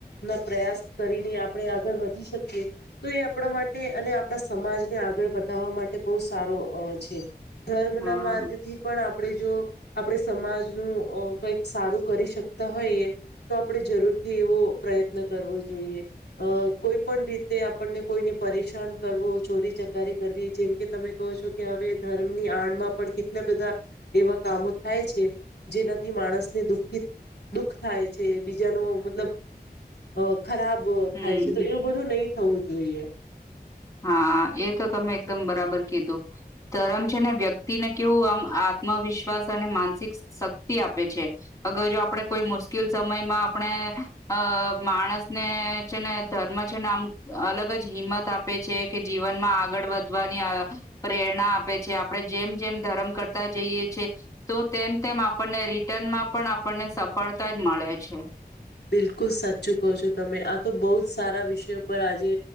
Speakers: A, on the left (about 80°); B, on the left (about 20°).
A: ના પ્રયાસ કરીને આપળે આગળ વધી શકીએ તો એ આપળા માટે, અને આપળા સમાજને આગળ વધાવવા માટે બહુ સારો અ છે ધર્મ
B: હા
A: ના માર્ગ થી પણ આપ આપળે જો આપળે સમાજનું ઓ કઈક સારું કરી શકતા હોઈએ, તો આપળે જરૂરથી એવો પ્રયત્ન કરવો જોઈએ, અ કોઈ પણ રીતે આપણને કોઈને પરેશાન કરવો ચોરી ચકારી કરવી જેમ કે તમે કહો છો કે હવે ધર્મની આડમાં પણ કેટલા બધા એવા કામો થાય છે, જેનાથી માણસને દુખી, દુઃખ થાય છે, બીજાનો મતલબ અ ખરાબ
B: હમ.
A: થાય છે, તો એવું બધું નય થવું જોઈએ.
B: હા, એ તો તમે એકદમ બરાબર કીધું, ધર્મ છે, ને વ્યક્તિને કેવું આમ આત્મવિશ્વાસ અને માનસિક શક્તિ આપે છે, અગર જો આપળે કોઈ મુશ્કિલ સમયમાં આપણે અ માણસને છે ને ધર્મ છે, ને આમ અલગ જ હિંમત આ પે છે કે જીવનમાં આગળ વધવાની અ પ્રેરણા આપે છે, આપળે જેમ-જેમ ધર્મ કરતા જઈએ છે, તો તેમ-તેમ આપણને રિટર્નમાં પણ આપણને સફળતા જ મળે છે.
A: બિલકુલ સાચું કો છો તમે આ તો બો જ સારા વિષયો પર આજે